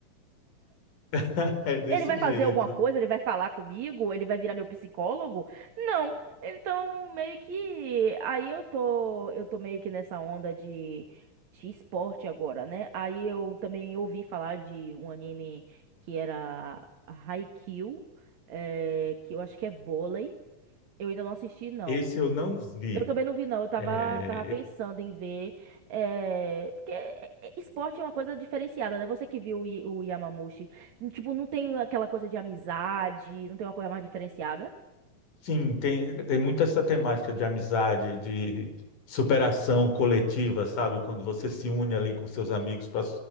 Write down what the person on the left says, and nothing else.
<laughs> É desse
jeito.
Esse eu não vi.
É,
Sim, tem, tem muito essa temática de amizade, de superação coletiva, sabe? Quando você se une ali com seus amigos para